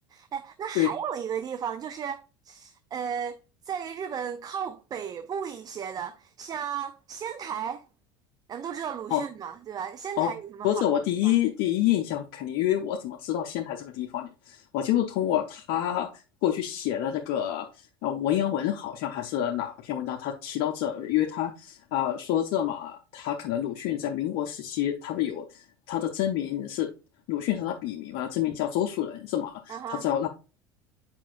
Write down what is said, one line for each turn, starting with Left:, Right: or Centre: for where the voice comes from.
Right: 的哎，那还有一个地方就是，
Left: 对，
Right: 呃，在日本靠北部一些的，像仙台，咱们都知道鲁迅嘛，
Left: 哦。
Right: 对吧？仙台有什么好玩的吗？
Left: 哦，说这我第一第一印象肯定，因为我怎么知道仙台这个地方呢？我就是通过他过去写的这个呃文言文，好像还是哪篇文章，他提到这，因为他啊、呃说这嘛，他可能鲁迅在民国时期，他不有他的真名是鲁迅是他笔名嘛，真名叫周树人是吗？
Right: 嗯哼，
Left: 他在